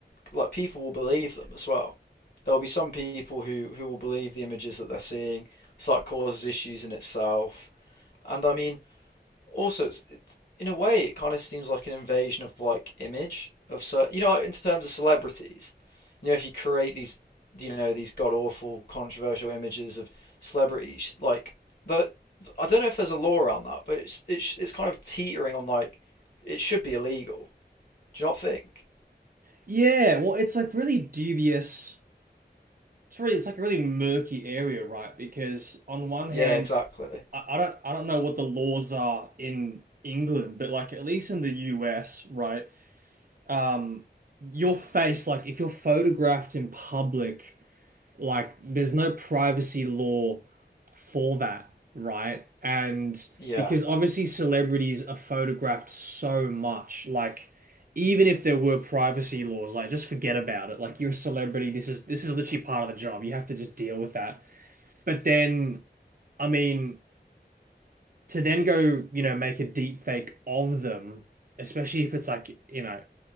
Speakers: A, on the left (about 60°); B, on the right (about 55°).
A: like, people will believe them as well. There'll be some people who who will believe the images that they're seeing, so that causes issues in itself. And I mean, also it's, it's in a way it kind of seems like an invasion of like image of so you know in terms of celebrities you know if you create these you know these god awful controversial images of celebrities like the I don't know if there's a law around that but it's it's it's kind of teetering on like it should be illegal do you not think
B: Yeah, well, it's like really dubious. It's really it's like a really murky area, right? Because on one
A: yeah
B: hand,
A: exactly
B: I, I don't I don't know what the laws are in England, but like at least in the US, right? Um, your face, like if you're photographed in public. like there's no privacy law for that, right? And
A: yeah
B: because obviously celebrities are photographed so much, like even if there were privacy laws, like just forget about it. Like you're a celebrity, this is this is literally part of the job. You have to just deal with that. But then, I mean, to then go, you know, make a deep fake of them, especially if it's like, you know,